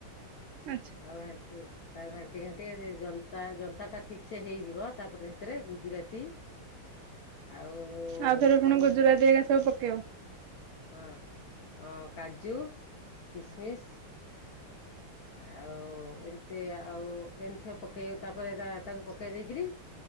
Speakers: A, on the right; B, on the left.
A: ଆଚ୍ଛା
B: ଆଉ ଘା ତାକୁ ଘାଣ୍ଟି ଘାଣ୍ଟି ଜନ୍ତା ଜନ୍ତା ଟା ଠିକ୍ ସେ ହେଇଯିବ, ତାପରେ ସେଥିରେ ଗୁଜୁରାତି ଆଉ
A: ଆଉଥରେ
B: ଉପରେ
A: ପୁଣି ଗୁଜୁରାତି ହେଇକା ସବୁ ପକେଇବ।
B: ହଁ, କାଜୁ, କିସମିସ ଆଉ ଏମିତି ଆଉ ଏମିତି ପକେଇବ ତାପରେ ତାକୁ ପକେଇ ଦେଇକରି